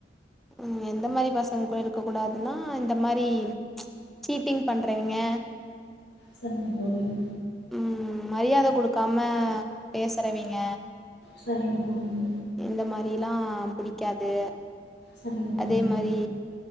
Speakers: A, in the centre; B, on the left.
A: உம் எந்த மாதிரி பசங்க கூட இருக்க கூடாதுன்னா இந்த மாதிரி ச் சீட்டிங் பண்றவெங்க
B: சொன்னாங்க போகலைனு
A: உம் மரியாத கொடுக்காம பேசுறவைங்க
B: செரிங்க போகுங்க
A: இந்த மாரிலா புடிக்காது
B: சரிங்க தோழி
A: அதே மாரி